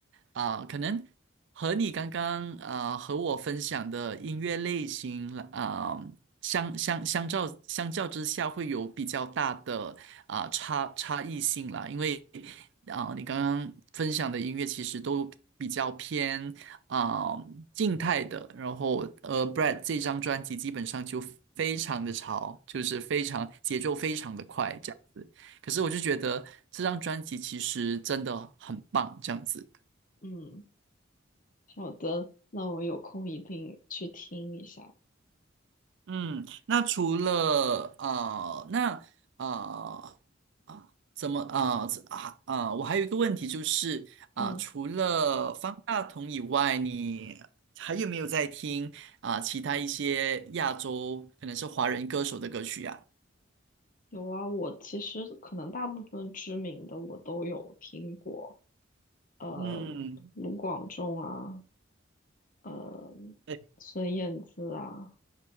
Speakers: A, on the right; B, on the left.
A: 啊，可能和你刚刚啊和我分享的音乐类型啊，相相相较相较之下，会有比较大的啊差差异性啦。因为啊，你刚刚分享的音乐其实都比较偏啊静态的，然后呃，Brad 这张专辑基本上就非常的潮，就是非常节奏非常的快这样子。可是我就觉得这张专辑其实真的很棒，这样子。
B: 嗯，好的，那我有空一定去听一下。
A: 嗯，那除了啊，那啊，怎么啊怎啊呃我还有一个问题就是啊、
B: 嗯。
A: 除了方大同以外，你还有没有在听啊、其他一些亚洲可能是华人歌手的歌曲呀、
B: 有啊，我其实可能大部分知名的我都有听过，呃，
A: 嗯，
B: 卢广仲啊，呃，
A: 对，
B: 孙燕姿啊，